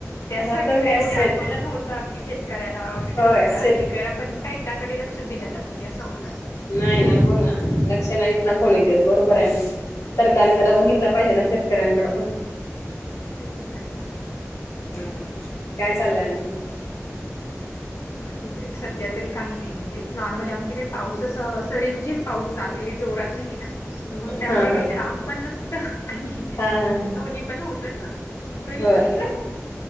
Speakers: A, on the left; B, on the left.
A: त्यासाठी
B: ह
A: तर
B: काय
A: एवढे
B: शेत
A: आंदोलन होतात. की शेतकऱ्याला
B: होय
A: हे करा
B: शेत
A: ते करा पण काही त्याकडे लक्ष दिलं जात नाही असं होऊन जात.
B: नाही ना हो ना लक्ष नाही इेत ना कोणी देत बरोबर आहे ना. सरकारने जरा बघितला पाहिजे ना शेतकऱ्यांकडे पण.
A: तीस ना.
B: ह काय चाललं आणखीन.
A: बाकी तरी सध्या तरी काही नाही म्हणजे नॉ. आमच्याकडे पाऊस सरमझीम पाऊस चालू जोरात नाही ना मग त्यामुळे
B: हा हा
A: काही
B: हा
A: काम पण नस. आणि
B: हा हा हा
A: दोन्ही पण होत ना. मग घरीच
B: होय
A: असतो